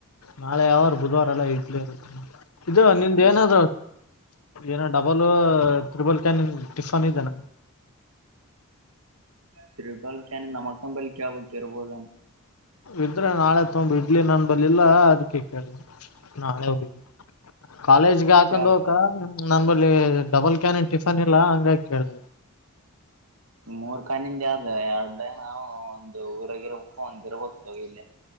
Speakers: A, on the left (about 75°); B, on the right (about 70°).
A: ನಾಳೆಯಾವೋ ಬುಧವಾರ ಎಲ್ಲ ಇಟ್ಲ ಇರುತ್ತೆ ಇದು ನಿಂದ
B: ಎಷ್ಟ್
A: ಏನಾದ್ರು ಏನ ಡಬಲ್ ತ್ರಿಬಲ್ ಕ್ಯಾನ್ ನಿನ್ ಟಿಫನ್ ಇದೆೇನ
B: ತ್ರಿಪಳಿಕಾನನ್ ನಮಕಂಬಲಿಕ ಬ ಇರ್ಬೋದ
A: ಇದ್ರೆ ನಾಳೆ ತೊಂಬ ಇಡ್ಲಿ ನನ್ ಬರ್ಲಿಲ್ಲ ಅದಕ್ಕೆ ಕೇಳಿ ನಾಳೆ ಹೋಗ ಕಾಲೇಜ್ಗೆ ಹಾಕೊಂಡ್
B: ಕೇಳತ್
A: ಹೋಕ ನನ್ ಬಳಿ ಡಬಲ್ ಕ್ಯಾನಿನ್ ಟಿಫನ್ ಇಲ್ಲಾ ಹಂಗಾಗಿ ಕೇಳಿದೇ
B: ಮೂರ್ ಕಾನಿಂದ ಅಲ್ ಎರಡು ನಾವು ಒಂದು ಊರಗ ಇರ್ಬೇಕು ಒಂದಿರ್ಬೇಕಕ್ ತಗಿ ಇಲ್ಲಿ